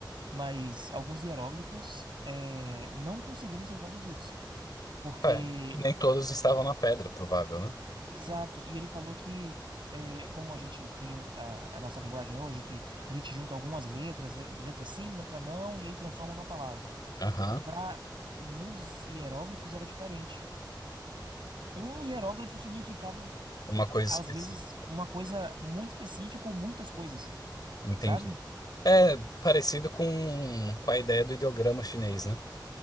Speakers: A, on the right (about 80°); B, on the left (about 55°).
A: mas alguns hieróglifos eh, não conseguiram ser traduzidos. Porque
B: É, nem todos estavam na pedra, provável, né?
A: Exato, e ele falou que, eh, como a gente tem a, a nossa linguagem hoje, que a gente junta algumas letras, le- letra sim, letra não, e aí transforma numa palavra.
B: Aham,
A: Para nos hieróglifos era diferente. Um hieróglifo significava,
B: uma coisa
A: às
B: específica.
A: vezes, uma coisa muito específica ou muitas coisas,
B: Entendi.
A: sabe?
B: É parecido com, com a ideia do ideograma chinês, né?